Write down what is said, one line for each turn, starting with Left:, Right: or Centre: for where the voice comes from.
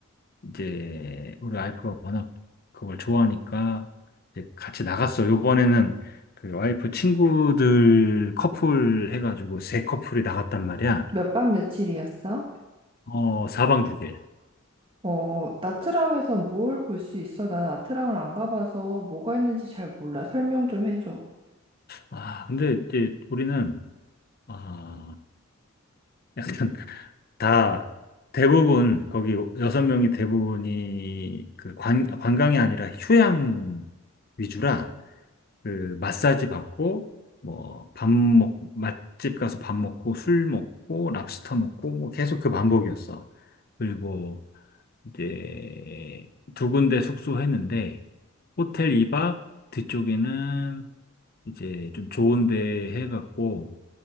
Left: 이제 우리 와이프가 워낙 그걸 좋아하니까 이제 같이 나갔어. 요번에는 그 와이프 친구들 커플 해가지고 세 커플이 나갔단 말이야.
Right: 몇 박 며칠이었어?
Left: 어, 사방 두 개.
Right: 어, 나트랑에선 뭘 볼 수 있어? 나는 나트랑을 안 가봐서 뭐가 있는지 잘 몰라. 설명 좀 해줘.
Left: 아, 근데 이제 우리는 아, 약간 다 대부분 거기 여섯 명이 대부분이 그 관, 관광이 아니라 휴양 위주라 그 마사지 받고 뭐 밥 먹, 맛집 가서 밥 먹고 술 먹고 랍스터 먹고 뭐 계속 그 반복이었어. 그리고 이제 두 군데 숙소했는데 호텔 2박 뒤쪽에는 이제 좀 좋은 데 해갖고